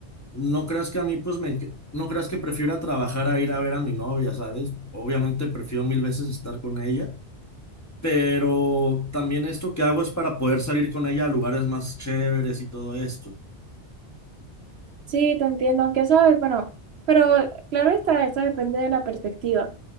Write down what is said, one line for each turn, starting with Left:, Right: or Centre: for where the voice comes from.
Left: no creas que a mí, pues me, enc- no creas que prefiera trabajar a ir a ver a mi novia, ¿sabes? Obviamente prefiero mil veces estar con ella, pero también esto que hago es para poder salir con ella a lugares más chéveres y todo esto.
Right: Sí, te entiendo, aunque sabes, bueno, pero claro está, eso depende de la perspectiva.